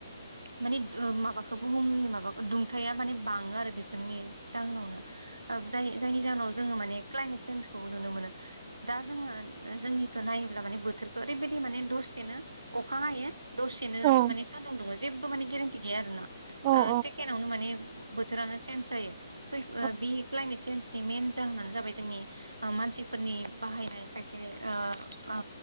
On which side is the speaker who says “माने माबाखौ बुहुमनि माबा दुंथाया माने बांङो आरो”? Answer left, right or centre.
Right